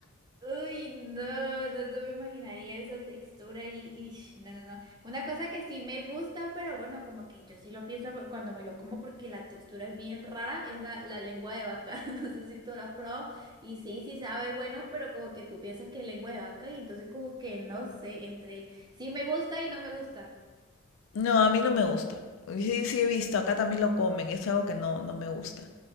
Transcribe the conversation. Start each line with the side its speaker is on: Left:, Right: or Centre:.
Right: uy, no, no, no me imaginaría esa textura y, y no, no, no. Una cosa que sí me gusta, pero bueno, como que yo sí lo pienso por- cuando me lo como porque la textura es bien rara, es la, la lengua de vaca, <laughs> no sé si tú la has probado, y sí, sí sabe bueno, pero como que tú piensas que es lengua de vaca y entonces como que no sé, entre sí me gusta y no me gusta.
Left: No, a mí no me gusta. Sí, sí he visto, acá también lo comen, es algo que no, no me gusta.